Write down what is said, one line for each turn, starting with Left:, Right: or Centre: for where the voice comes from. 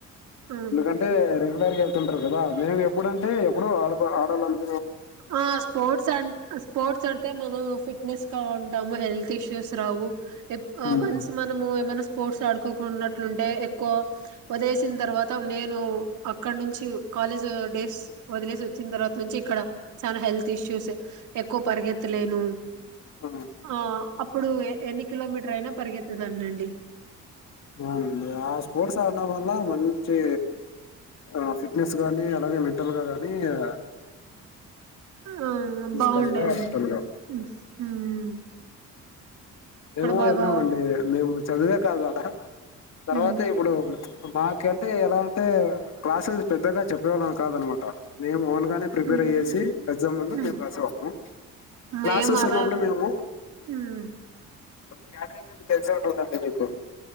Right: ఆ
Left: ఎందుకంటే రెగ్యులర్ గా ళ్తుంటారు కదా మేము ఎప్పుడుంటే ఎప్పుడు ఆడు ఆడాలంట
Right: ఆ స్పోర్ట్స్ అ స్పోర్ట్స్ అడితే మనం ఫిట్ ట్నెస్ గా ఉంటాము హెల్త్ ఇష్యూస్ రావు
Left: ఉమ్
Right: వన్స్ మనము ఏమైనా స్పోర్ట్స్ ఆడుకోకున్నట్లుంటే ఎక్కువ వదిలేసిన తర్వాత నేను అక్కడ నుంచి కాలేజ్ డేస్ వదిలేసి వచ్చిన తర్వాత నుంచి ఇక్కడ చాల హెల్త్ ఇష్యూస్ ఎక్కువ పరిగెత్తలేను
Left: ఆ
Right: ఆ అప్పుడు ఎన్ని కిలోమీటర్ అయినా పరిగెత్తదాన్నండి
Left: అవునండి ఆ స్పోర్ట్స్ ఆడడం వల్ల మంచి ఆ ఫిట్నెస్ గానీ అలాగే మెంటల్ గా గాని ఆ
Right: ఆ
Left: ఫిజికల్
Right: బాగుండేదండి
Left: గా మెంటల్ గా
Right: ఉమ్
Left: మేము
Right: బాగా
Left: వెల్లినామండి మేము చదివే కాదు ఆడ తర్వాత
Right: హ్మ్.
Left: ఇప్పుడు ప్చ్ మాకంటే ఎలా అంటే క్లాసెస్ పెద్దగా చెప్పేవాళ్ళం కాదనమాట మేము ఓన్ గానే ప్రిపేర్
Right: హ్మ్.
Left: అయ్యేసి ఎగ్జామ్ ముందు
Right: హ్మ్.
Left: మేము రాసేవాళ్ళము
Right: మేము
Left: క్లాసెస్
Right: అలా
Left: ఉన్నప్పుడు మేము
Right: హ్మ్.
Left: క్యాటరింగ్ అంటే తెల్సే ఉంటుందండి మీకు